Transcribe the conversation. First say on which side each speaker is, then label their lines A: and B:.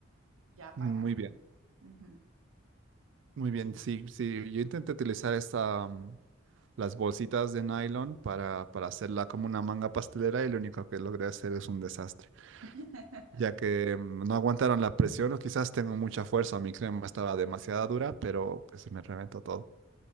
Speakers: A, on the right (about 85°); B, on the right (about 60°).
A: ya
B: Muy
A: para...
B: bien.
A: ujú,
B: Muy bien,
A: Sí,
B: sí, sí, yo intenté utilizar esta, mm, las bolsitas de nylon para, para hacerla como una manga pastelera y lo único que logré hacer es un desastre,
A: <laughs>
B: ya que mm, no aguantaron la presión o quizás tengo mucha fuerza, mi crema estaba demasiada dura, pero pues se me reventó todo.